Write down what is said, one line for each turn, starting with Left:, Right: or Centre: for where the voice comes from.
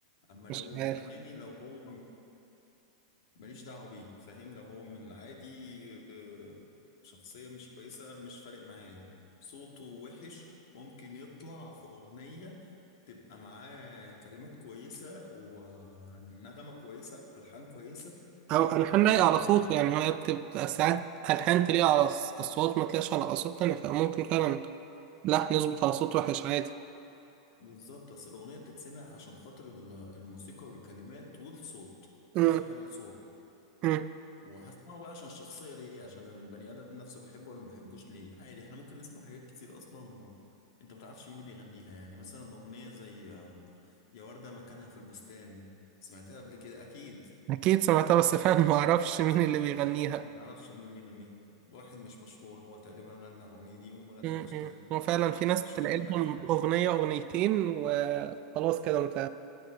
Left: اما
Right: مش
Left: لو الاغاني
Right: عارف
Left: لو هو ماليش دعوة بيه فاهم لو هو من العادي آه، شخصية مش كويسة مش فارق معايا يعني. صوته وحش ممكن يطلع في أغنية تبقى معاه كلمات كويسة ونغمة كويسة ألحان كويسة
Right: او
Left: تطلع
Right: الحان
Left: الأغنية
Right: لايقه على
Left: حلوة
Right: صوته يعني هي بتبقى ساعات الحان تليق على الص- الصوت ما تليقش على اصوات تانية فممكن فعلا لحن يظبط على صوت وحش عادي
Left: بالظبط أصل الأغنية بتتسمع عشان خاطر ال- الموسيقى والكلمات والصوت
Right: أمم،
Left: آخر حاجة الصوت
Right: أمم.
Left: وهسمعه بقى عشان الشخصية ليه عشان البني آدم نفسه بحبه ولا ما بحبوش ليه عادي احنا ممكن نسمع حاجات كتير أصلا ما انت متعرفش مين اللي بيغنيها يعني مثلا أغنية زي آه، يا وردة مكانها في البستان سمعتها قبل كده أكيد
Right: اكيد سمعتها بس فعلا <laughs> ما اعرفش مين اللي بيغنيها
Left: ما تعرفش مين اللي بيغنيها واحد مش مشهور هو تقريبا غنى الأغنية دي وما غناش
Right: م-م.
Left: تاني
Right: هو فعلا في ناس
Left: مش
Right: تلاقي
Left: فارق معانا
Right: لهم أغنية أغنيتين وخلاص كده مت...